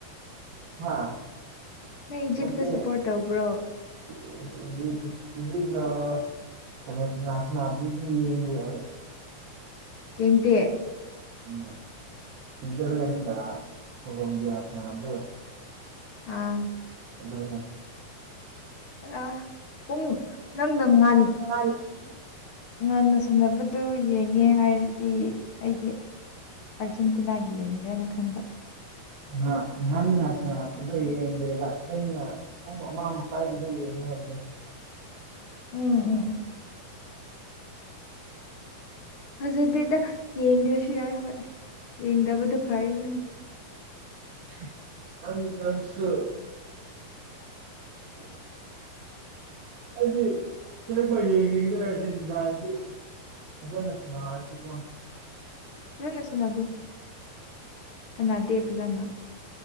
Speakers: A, on the right; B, on the left.
A: ꯍꯥ
B: ꯅꯪ ꯏꯖꯤꯞꯇ
A: ꯅꯠꯇꯦꯅꯦ
B: ꯁꯞꯄꯣꯔꯠ ꯇꯧꯕ꯭ꯔꯣ
A: <unintelligible> <unintelligible>
B: ꯌꯦꯡꯗꯦ
A: ꯎꯝ ꯁ꯭ꯋꯤꯖꯔꯂꯦꯟꯒ ꯀꯣꯂꯣꯝꯕꯤꯌꯥ ꯁꯅꯥꯗꯣꯏ ꯑꯣꯏꯔꯝꯅꯤ
B: ꯑꯥ
A: ꯑꯗꯨꯅꯦ
B: ꯑ ꯄꯨꯡ ꯅꯪꯅ ꯉꯥꯟ
A: <unintelligible>
B: ꯉꯟꯅ ꯁꯥꯟꯅꯕꯗꯨ ꯌꯦꯡꯉꯦ ꯍꯥꯏꯔꯗꯤ ꯑꯩꯗꯤ ꯑꯥꯔꯖꯦꯟꯇꯤꯅꯥꯒꯤ ꯌꯦꯡꯕ꯭ꯔꯅ ꯈꯟꯕ
A: ꯉꯥ ꯉꯟꯅꯥ ꯁꯥꯟꯅꯕꯗꯣ ꯌꯦꯡꯗꯦꯕ ꯊꯦꯡꯅ ꯄꯨꯡ ꯑꯃ ꯃꯈꯥꯏꯗꯨ ꯒꯤꯗꯨ ꯌꯦꯡꯉꯦ <unintelligible>
B: ꯎꯝ ꯎꯝ ꯎꯝ ꯐꯖꯗꯦꯗ ꯌꯦꯡꯗ꯭ꯔꯁꯨ ꯌꯥꯏ ꯍꯣꯏ ꯌꯦꯡꯗꯕꯗꯨ ꯐꯔꯦ ꯅꯪ
A: <unintelligible> <unintelligible> <unintelligible> ꯐꯖꯅ ꯁꯥꯅꯔꯁꯨꯀꯣ
B: ꯐꯖꯅ ꯁꯥꯟꯅꯗꯦ ꯁꯥꯅꯗꯦ ꯐꯖꯅ